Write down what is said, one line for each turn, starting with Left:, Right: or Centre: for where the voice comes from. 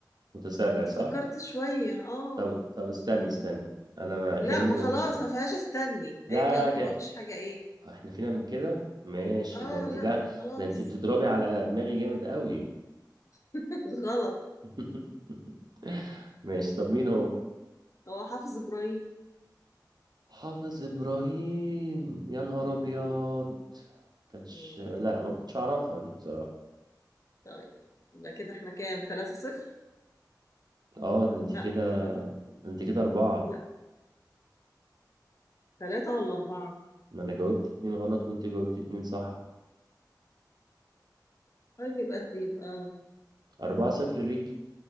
Right: متسرع
Left: كنت
Right: صح
Left: فكرت شوية اه
Right: طب طب استني استني انا ما
Left: لا
Right: كأني
Left: ما
Right: ما
Left: خلاص
Right: قلتش اهي
Left: ما فيهاش استني
Right: لا
Left: ايه كأني
Right: لا ك...
Left: ما قلتش حاجة ايه
Right: آه، احنا فينا من كده ماشي
Left: اه
Right: ده انت
Left: لا
Right: ده
Left: خلاص
Right: ده انت بتضربي على دماغي جامد قوي
Left: <laughs> غلط
Right: <laughs> ماشي طب مين هو
Left: هو حافظ ابراهيم
Right: حافظ ابراهيم يا نهار
Left: مم.
Right: ابيض كانتش
Left: مم.
Right: لا ما كنتش اعرفها دي بصراحه
Left: طيب يبقى كده احنا كام ثلاثة صفر
Right: اه ده انت
Left: لا
Right: كده
Left: ثلاثة
Right: ده انت كده اربعه
Left: لا ثلاثة ولا أربعة
Right: ما انا جاوبت اتنين غلط وانت جاوبت اتنين صح
Left: طيب يبقى يبقى
Right: اربعه صفر ليك